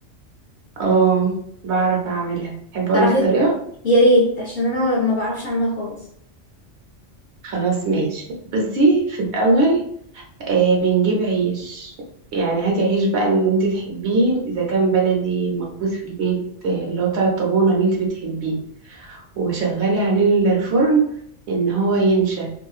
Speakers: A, on the right; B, on the left.
A: اه بعرف اعملها احب اقولك
B: تعرفي
A: الطريقه
B: يا ريت عشان انا ما بعرفش اعملها خالص
A: خلاص ماشي بصي في الاول آه بنجيب عيش يعني هاتي عيش بقى اللي انت تحبيه اذا كان بلدي مخبوز في البيت آه، اللي هو بتاع الطابونه اللي انت بتحبيه وشغلي عليه ال- الفرن ان هو ينشف